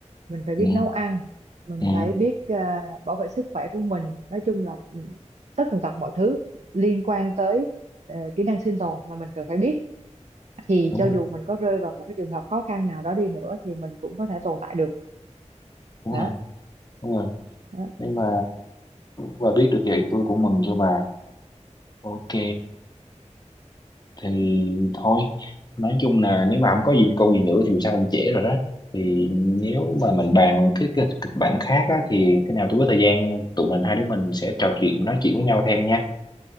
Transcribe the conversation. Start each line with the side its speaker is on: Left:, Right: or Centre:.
Right: mình phải biết
Left: ừ
Right: nấu ăn mình
Left: ừ
Right: phải biết à, bảo vệ sức khỏe của mình nói chung là ừ, tất tần tật mọi thứ liên quan tới ờ, kỹ năng sinh tồn là mình cần phải biết thì
Left: đúng
Right: cho
Left: rồi
Right: dù mình có rơi vào một cái trường hợp khó khăn nào đó đi nữa thì mình cũng có thể tồn tại được
Left: đúng
Right: đó,
Left: rồi đúng rồi
Right: đó.
Left: nhưng mà bà biết được vậy tôi cũng mừng cho bà ok thì thôi nói chung là nếu mà không có gì câu gì nữa thì sao cũng trễ rồi đó thì nếu mà mình bàn một cái cái kịch bản khác á, thì thế nào tôi có thời gian tụi mình hai đứa mình sẽ trò chuyện nói chuyện với nhau thêm nha